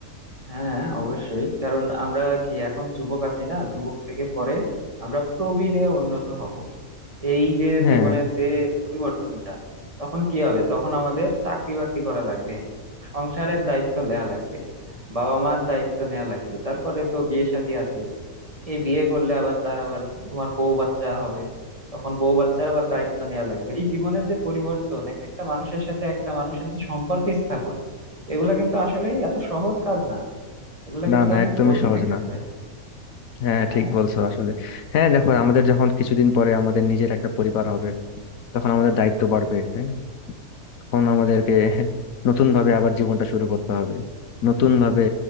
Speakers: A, on the right; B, on the left.
A: হ্যাঁ অবশ্যই কারণ আমরা কি এখন যুবক আছি না যুবক থেকে পরে আমরা প্রবীণে উন্নত হব এই যে
B: হ্যাঁ
A: জীবনের যে পরিবর্তনটা তখন কি হবে তখন আমাদের চাকরি বাকরি করা লাগবে সংসারের দায়িত্ব নেওয়া লাগবে বাবা মার দায়িত্ব নেওয়া লাগবে তারপরে তো বিয়ে শাদী আছে এই বিয়ে করলে আবার তার আবার তোমার বউ বাচ্চা হবে তখন বউ বাচ্চার আবার দায়িত্ব নেওয়া লাগবে এই জীবনের যে পরিবর্তন এক একটা মানুষের সাথে একটা মানুষের যে সম্পর্ক স্থাপন এগুলা কিন্তু আসলে এত সহজ কাজ না এগুলা
B: না
A: কিন্তু
B: না
A: অনেক
B: একদমই
A: কঠিন
B: সহজ
A: একটা
B: না
A: কাজ
B: হ্যাঁ
A: হ্যাঁ
B: ঠিক বলছো আসলে হ্যাঁ দেখো আমাদের যখন কিছুদিন পরে আমাদের নিজের একটা পরিবার হবে তখন আমাদের দায়িত্ব বাড়বে হ্যাঁ তখন আমাদেরকে নতুন ভাবে আবার জীবনটা শুরু করতে হবে নতুন ভাবে